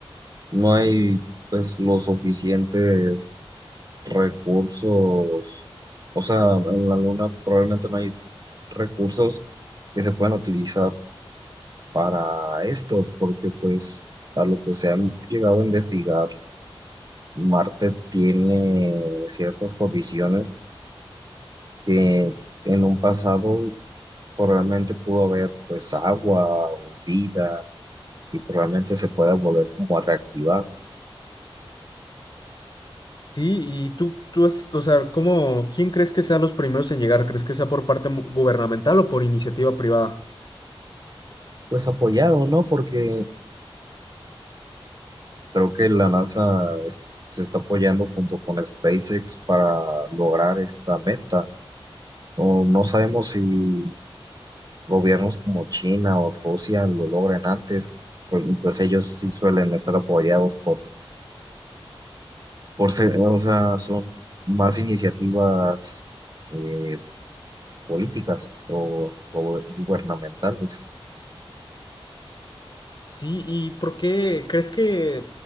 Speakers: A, on the right; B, on the left.
A: no hay pues los suficientes recursos, o sea, en la Luna probablemente no hay recursos que se puedan utilizar para esto, porque pues a lo que se han llegado a investigar, Marte tiene ciertas condiciones que en un pasado probablemente pudo haber pues agua o vida y probablemente se pueda volver como a reactivar.
B: Sí, y tú, tú has, o sea, ¿cómo, quién crees que sean los primeros en llegar? ¿Crees que sea por parte mu- gubernamental o por iniciativa privada?
A: Pues apoyado, ¿no? Porque creo que la NASA es- se está apoyando junto con SpaceX para lograr esta meta. O no sabemos si gobiernos como China o Rusia lo logran antes, pues, y pues ellos sí suelen estar apoyados por, por ser, o sea, son más iniciativas eh, políticas o, o gubernamentales.
B: Sí, ¿y por qué crees que